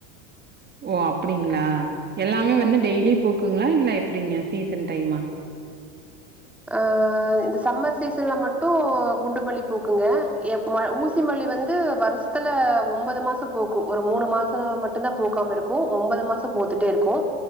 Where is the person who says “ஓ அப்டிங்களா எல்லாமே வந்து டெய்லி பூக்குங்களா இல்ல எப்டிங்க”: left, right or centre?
Right